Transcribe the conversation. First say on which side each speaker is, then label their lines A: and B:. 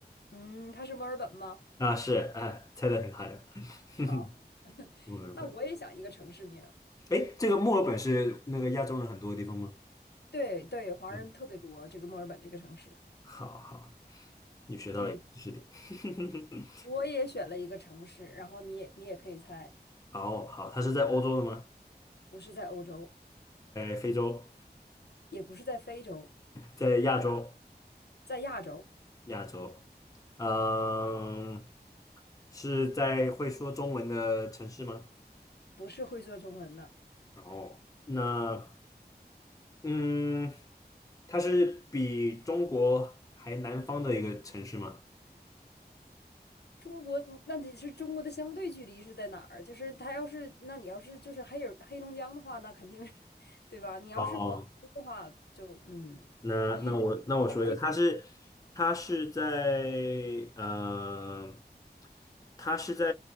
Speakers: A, on the left; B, on the left.
A: 嗯，它是墨尔本吗？
B: 啊，是，哎，猜的挺好的，<laughs> 哼哼，
A: 好，
B: 墨尔本，
A: 那我也想一个城市名儿
B: 哎，这个墨尔本是那个亚洲人很多的地方吗？
A: 对对，华人特别多，
B: 嗯，
A: 这个墨尔本这个城市。
B: 好好，你学到了一个知识点，
A: 嗯，
B: <laughs>
A: 我也选了一个城市，然后你也你也可以猜，
B: 哦，好，它是在欧洲的吗？
A: 不是在欧洲，
B: 在非洲，
A: 也不是在非洲，
B: 在亚洲，
A: 在亚洲，
B: 亚洲。嗯，是在会说中文的城市吗？
A: 不是会说中文的。
B: 然后，那嗯，它是比中国还南方的一个城市吗？
A: 中国，嗯那得是中国的相对距离是在哪儿？就是它要是，那你要是就是黑尔黑龙江的话，那肯定是，<laughs> 对吧？你要是广东的话，
B: 哦，
A: 就嗯，
B: 那那我那我说一个，
A: 你哎，这
B: 它是它是在呃，它是在